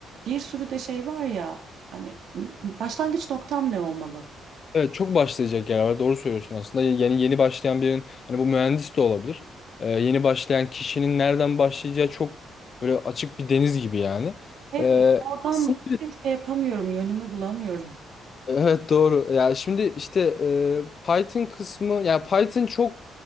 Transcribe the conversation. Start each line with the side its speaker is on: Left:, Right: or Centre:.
Right: bir sürü de şey var ya hani n- n- başlangıç noktam ne olmalı?
Left: Evet çok başlayacak yer var. Doğru söylüyorsun aslında. Yeni yeni başlayan birinin hani bu mühendis de olabilir. Ee, yeni başlayan kişinin nereden başlayacağı çok böyle açık bir deniz gibi yani.
Right: Evet,
Left: Ee,
Right: oradan
Left: aslında
Right: dolayı şey yapamıyorum, yönümü bulamıyorum.
Left: evet doğru. Ya şimdi işte e, Python kısmı yani Python çok